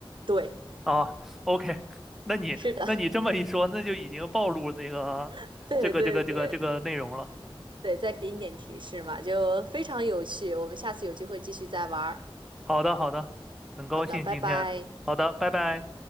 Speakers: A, on the right; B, in the centre.
A: 对，
B: 啊，OK，那你那你这么一说，
A: 是的，
B: 那就已经暴露那个这个这个这个这个内容了。
A: <laughs> 对对对对，再给你点提示嘛，就非常有趣。我们下次有机会继续再玩儿。
B: 好的，好的，很高兴今天，
A: 好的，拜拜。
B: 好的，拜拜。